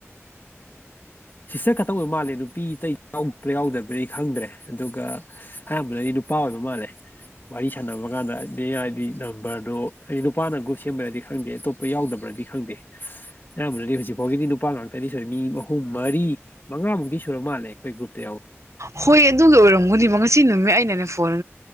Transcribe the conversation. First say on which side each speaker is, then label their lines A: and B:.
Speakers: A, on the left; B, on the right.
A: ꯁꯤꯁꯇꯔ ꯈꯛꯇꯪ ꯑꯣꯏꯕ ꯃꯥꯜꯂꯦ ꯅꯨꯄꯤꯇꯩ꯭ꯔ ꯌꯥꯎꯗꯕ꯭ꯔꯗꯤ ꯈꯪꯗ꯭ꯔꯦ ꯑꯗꯨꯒ ꯑꯌꯥꯝꯕꯅꯗꯤ ꯅꯨꯄꯥ ꯑꯣꯏꯕ ꯃꯥꯜꯂꯦ ꯋꯥꯔꯤ ꯁꯥꯟꯅꯕ ꯀꯥꯟꯗ ꯑ ꯍꯥꯏꯗꯤ ꯅꯝꯕꯔꯗꯣ ꯍꯥꯏꯗꯤ ꯅꯨꯄꯥꯅ ꯒ꯭ꯔꯨꯞ ꯁꯦꯝꯕ꯭ꯔꯗꯤ ꯈꯪꯗꯦ ꯑꯇꯣꯞꯄ ꯌꯥꯎꯗꯕ꯭ꯔꯗꯤ ꯈꯪꯗꯦ ꯑꯌꯥꯝꯕꯅꯗꯤ ꯍꯧꯖꯤꯛ ꯐꯥꯎꯒꯤꯗꯤ ꯅꯨꯄꯥ ꯉꯥꯛꯇ ꯀꯔꯤ ꯁꯦ ꯃꯤ ꯑꯍꯨꯝ ꯃꯔꯤ ꯃꯉꯥꯃꯨꯛꯇꯤ ꯁꯨꯔ ꯃꯥꯜꯂꯦ ꯑꯩꯈꯣꯏ ꯒ꯭ꯔꯨꯞꯇ ꯌꯥꯎꯋꯦ
B: ꯍꯣꯏ ꯑꯗꯨꯒꯤ ꯑꯣꯏꯔꯝꯒꯅꯦꯕ ꯉꯁꯤ ꯅꯨꯃꯤꯠ ꯑꯩꯅꯅꯦ ꯐꯣꯟ